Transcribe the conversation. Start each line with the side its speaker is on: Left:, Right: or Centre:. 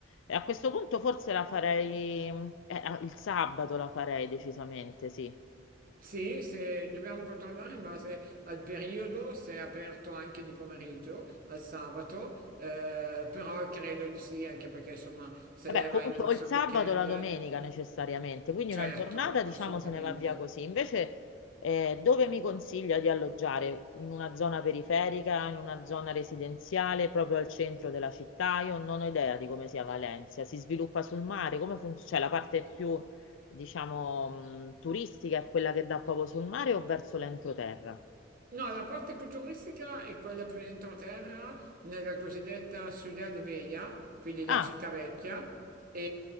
Left: eh, a questo punto forse la farei, eh, il sabato la farei decisamente, sì.
Right: Sì, se dobbiamo controllare in base al periodo, se è aperto anche di pomeriggio, al sabato, eh, però credo di sì, anche perché insomma se
Left: Vabbè,
Right: lei
Left: comunque
Right: va in corso
Left: o il sabato
Right: al weekend,
Left: o la domenica necessariamente, quindi
Right: certo,
Left: una giornata diciamo
Right: assolutamente.
Left: se ne va via così. Invece eh, dove mi consiglia di alloggiare? In una zona periferica, in una zona residenziale, proprio al centro della città? Io non ho idea di come sia Valencia, si sviluppa sul mare, come funziona? Cioè la parte più diciamo mh, turistica è quella che dà proprio sul mare o verso l'entroterra?
Right: No, la parte più turistica è quella più entroterra, nella cosiddetta Ciudad Vella, quindi la
Left: Ah,
Right: città vecchia, e,